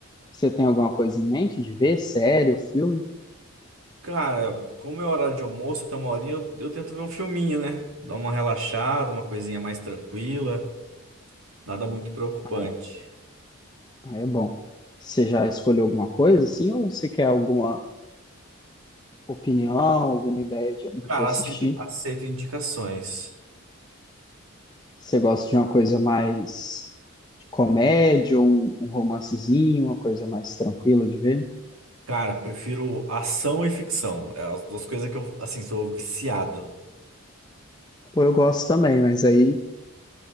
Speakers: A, on the left; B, on the right.
A: Você tem alguma coisa em mente de ver? Série ou filme?
B: Cara, como é horário de almoço, até uma horinha, eu, eu tento ver um filminho, né? Dar uma relaxada, uma coisinha mais tranquila, nada muito preocupante.
A: Ah, é, Ah, é bom. Você já escolheu alguma coisa, assim? Ou você quer alguma opinião, alguma ideia de- do
B: Cara,
A: que assistir?
B: aceito, aceito indicações.
A: Você gosta de uma coisa mais de comédia, ou um, um romancezinho, uma coisa mais tranquila de ver?
B: Cara, prefiro ação e ficção. É as duas coisas que eu, assim, sou viciado.
A: Pô, eu gosto também, mas aí